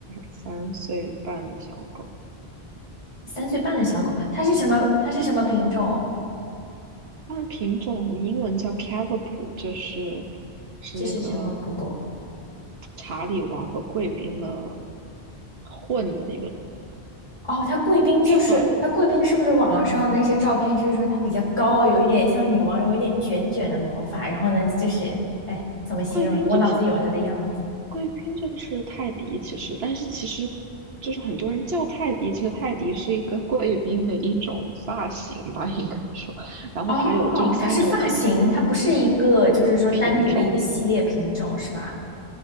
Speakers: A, on the right; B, on the left.
A: 三岁半的小狗，
B: 三岁半的小狗，它是什么？它是什么品种？
A: 它的品种英文叫 Cavapoo，就是是那个
B: 这是什么狗狗？
A: 查理王和贵宾的混的一个
B: 哦，她贵宾就是她贵宾，
A: 串
B: 是不是网上的那些照片，就是说她比较高，有一点像女王，有一点卷卷的毛发，然后呢，就是哎，怎么形容呢？
A: 贵宾就是
B: 我脑子里有她的样子。
A: 贵宾就是泰迪，其实，但是其实就是很多人叫泰迪，其实泰迪是一个贵宾的一种发型吧，应该说。然后它有就是三种体型
B: 哦，它是发型，它不是一个，就是说单独的一个系列品种，
A: 品种，
B: 是吧？